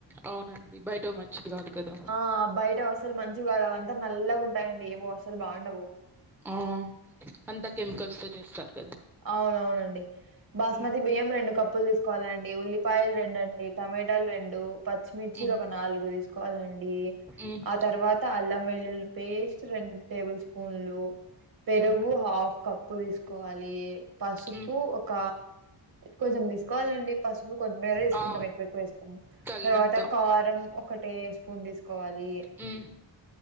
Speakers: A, in the centre; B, on the right.
A: అవునండి బయటవి మంచిది కాదు కదా
B: ఆ బయట అసలు మంచి కాదు అవంతా నల్లగా ఉంటాయండి ఏవో అసలు బాగుండవు
A: ఆ అంత కెమికల్స్ తో చేస్తారు కదండి
B: అవునవునండి బాస్మతి
A: మ్మ్.
B: బియ్యం రెండు కప్పులు దీసుకోవాలండి ఉల్లిపాయలు రె ండండి టమెటాలు రెండు పచ్చిమిర్చిలు
A: మ్మ్.
B: ఒక నాలుగు దీసుకోవాలండి
A: మ్మ్.
B: ఆ తర్వాత అల్లం వెల్లులి పేస్ట్ రెండు టేబుల్ స్పూన్లు పెరుగు
A: మ్మ్.
B: హాఫ్ కప్పు దీసుకోవాల్ లీ పసుపు
A: హ్మ్
B: ఒక కొంచం దీసుకోవాలండి పసుపు కొంచెమేగద ఏస్కుంటాం
A: ఆ
B: ఎక్కువ ఎక్కువ ఏస్కోమ్
A: తగినంత
B: తర్వాత కారం ఒకటే స్పూన్ దిస్కోవాలి
A: హ్మ్